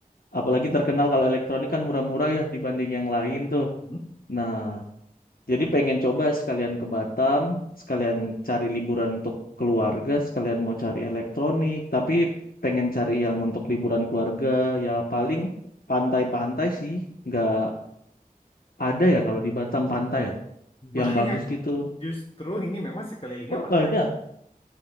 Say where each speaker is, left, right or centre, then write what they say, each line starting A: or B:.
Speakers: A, on the left; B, on the left.
A: apalagi terkenal kalau elektronik kan murah-murah ya dibanding yang lain tuh.
B: Hmm?
A: Nah, Jadi pengen coba sekalian ke Batam, sekalian cari liburan untuk keluarga, sekalian mau cari elektronik, tapi pengen cari yang untuk liburan keluarga, ya paling pantai-pantai sih, nggak ada ya kalau di Batam pantai ya,
B: Banyak.
A: yang bagus gitu.
B: Justru ini memang sekelilingnya
A: Oh,
B: pantai.
A: banyak.